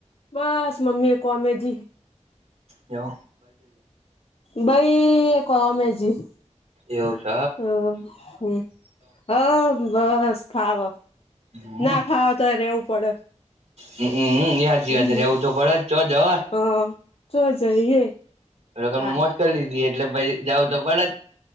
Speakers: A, on the left; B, on the right.
A: બસ મ્મી એક કોમે જ.
B: હવું
A: ભઈ કમ આવીજી
B: એવશ
A: હ, હ, હ બસ ફાવ
B: હમ
A: ના ફાવો તો રેવું પડે
B: હમ યાદ
A: હમ
B: યાદ રહેવું તો પડે જ ચો જવા
A: હા ચો જઈએ
B: એ
A: તા
B: મોત કરી દીધી એટલે પછી જાઉ તો પણ જ